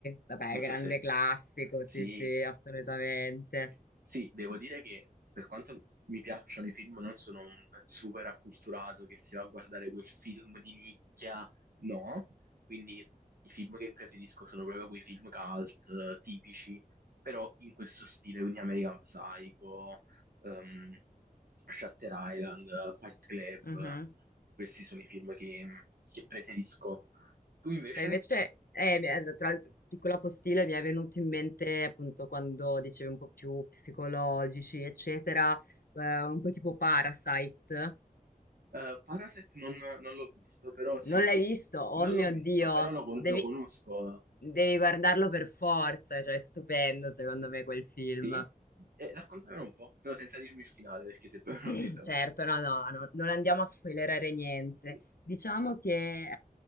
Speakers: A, on the left; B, on the right.
A: vabbè,
B: Non
A: grande
B: so se...
A: classico,
B: Sì,
A: sì, sì, assolutamente.
B: sì, Sì, devo dire che per quanto mi piacciono i film, non sono un super acculturato che si va a guardare quel film di nicchia No, quindi i film che preferisco sono proprio quei film cult eh, tipici, però in questo stile, quindi American Psycho, ehm, Shutter Island, eh, Fight Club,
A: Mhm.
B: eh, questi sono i film che, che preferisco. Tu invece?
A: Beh, invece, eh, mi è- tra l'altro, piccola postilla, mi è venuto in mente appunto quando dicevi un po' più psicologici, eccetera, eh, un po' tipo Parasite.
B: Eh, Parasite non, non l'ho visto, però sì,
A: Non l'hai visto? Oh
B: non
A: mio
B: l'ho visto,
A: Dio,
B: però lo, con-
A: devi...
B: lo conosco.
A: Devi guardarlo per forza, cioè è stupendo secondo me quel film.
B: Sì? Eh, raccontamelo un po', però senza dirmi il finale, perché se poi non
A: <clears throat>
B: lo vedo...
A: Certo, no, no, no, non andiamo a spoilerare niente.
B: Sì.
A: Diciamo che eh,